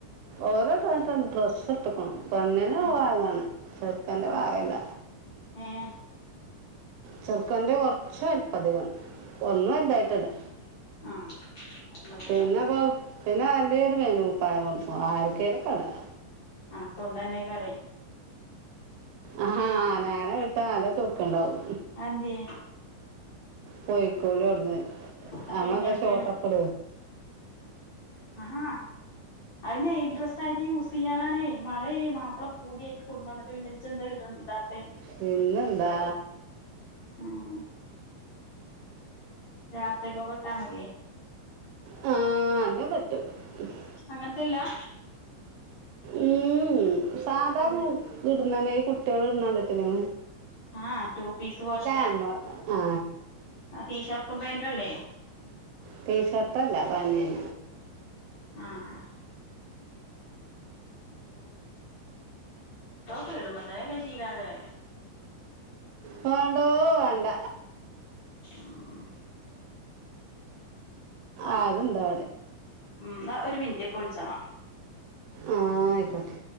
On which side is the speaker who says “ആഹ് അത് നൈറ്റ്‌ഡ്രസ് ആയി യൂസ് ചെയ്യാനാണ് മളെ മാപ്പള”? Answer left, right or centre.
Left